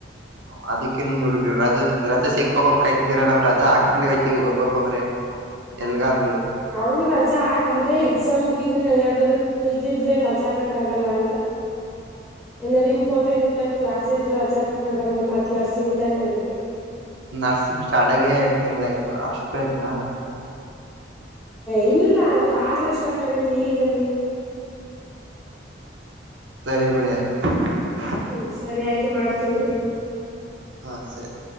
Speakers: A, on the right (about 80°); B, in the centre.
A: ಹ ಅದಕ್ಕೆೇ ನೋಡ ರ ರಾ <inaudible> ಸಿಕ್ ತಕೊಂಡ್ ಕಾಯ್ತಿದೀರ ನಾವು ರಜಾ ಹಾಕೊಂಡು ಹೋಗಯತತಿವಿ ಹೋಗ್ಬೇಕು ಅಂದ್ರೆ ಎಲ್ಗಾದ್ರು
B: ಅವಳು ರಜಾ ಅಂದ್ರೆ ಎಕ್ಸಾಮ್ಗೆ ಯಾವ್ದಾದಾರರು ಇದಿದ್ರೆ ರಜಾ ಹಾಕಕ್ ಆಗಲ್ಲ ಅಂತ <inaudible>
A: <inaudible>
B: ಏನಾದ್ರು ಇಂಪಾರ್ಟೆಂಟ್ ಆ ಕ್ಲಾಸ್ ಇದ್ರ ಅ ಆಕಕ್ ಆಗಲ್ವಲ್ಲ ಅ ನರ್ಸಿಂಗ್ ತಾನೆ ಅದಕ್ಕೆ
A: ನರ್ಸಿಂಗ್ ಸ್ಟಾರ್ಟ್ ಆಗಿ ಎರಡ್ ತಿಂಗ್ಳ ಆಯ್ತು <inaudible>
B: ಇಲ್ಲ ಆಗ್ಲೇ ಸ್ಟಾರ್ಟ್ ಆಗೈತಿ ಈಗಲ್ಲಿ <inaudible>
A: ಸರಿ ಬಿಡ ಆಯ್ <inaudible>
B: ಹ್ಮ್ ಸರಿ ಆಯ್ತು ಮಾಡ್ತೀನಿ <inaudible>
A: ಹಾ ಸರಿ <inaudible>